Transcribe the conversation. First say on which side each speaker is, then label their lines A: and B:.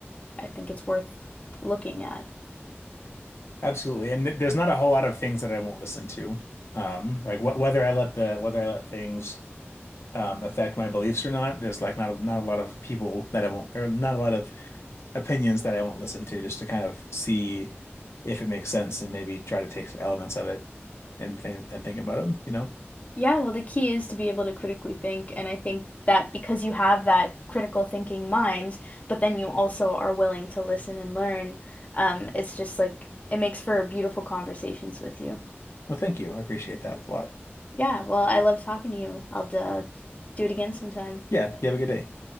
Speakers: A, on the left; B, on the left.
A: I think it's worth looking at.
B: Absolutely. And th there's not a whole lot of things that I won't listen to. Um, like wh whether I let the whether I let things um affect my beliefs or not, there's like not a, not a lot of people that I won't or not a lot of opinions that I won't listen to just to kind of see if it makes sense and maybe try to take some elements of it and think and think about them, you know?
A: Yeah, well, the key is to be able to critically think. And I think that because you have that critical thinking mind, but then you also are willing to listen and learn, um, it's just like it makes for beautiful conversations with you.
B: Well, thank you. I appreciate that a lot.
A: Yeah, well, I love talking to you. I'll uh, do it again sometime.
B: Yeah, you have a good day.